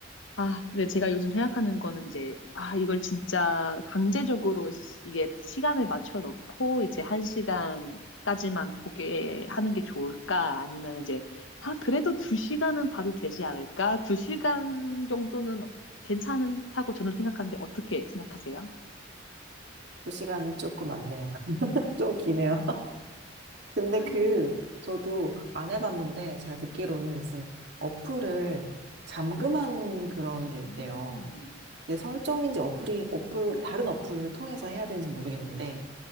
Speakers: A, on the left; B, on the right.
A: 아, 근데 제가 요즘 생각하는 거는 이제, 아, 이걸 진짜 강제적으로 시- 이게 시간을 맞춰 놓고 이제 한 시간까지만 보게 하는 게 좋을까? 아니면 이제, 아, 그래도 두 시간은 봐도 되지 않을까? 두 시간 정도는 괜찮다고 저는 생각하는데 어떻게 생각하세요?
B: 두 시간은 조금 많네요. <laughs> 좀 기네요. 근데
A: 안
B: 그,
A: 돼.
B: 저도 안 해봤는데, 제가 듣기로는 무슨 어플을 잠금하는 그런 게
A: 음,
B: 있대요. 이게 설정인지 어플이, 어플, 다른 어플을 통해서 해야 되는지 모르겠는데,
A: 음,